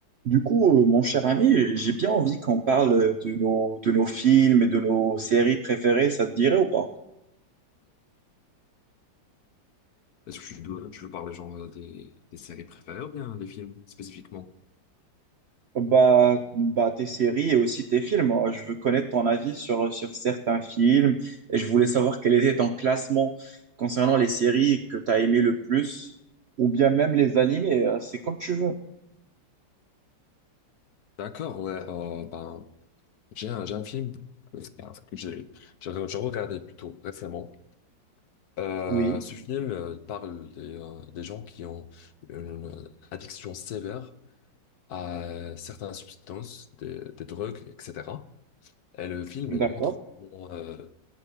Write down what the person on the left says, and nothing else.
Est-ce que tu veux, tu veux parler genre des, des séries préférées ou bien des films spécifiquement?
D'accord, ouais, euh, ben, j'ai un, j'ai un film que j'ai j'ai re- j'ai regardé plutôt récemment. Euh,
ce film euh, il parle des, euh, des gens qui ont une euh, addiction sévère à euh, certaines substances, des, des drogues, etc. Et le film,
il montre comment euh,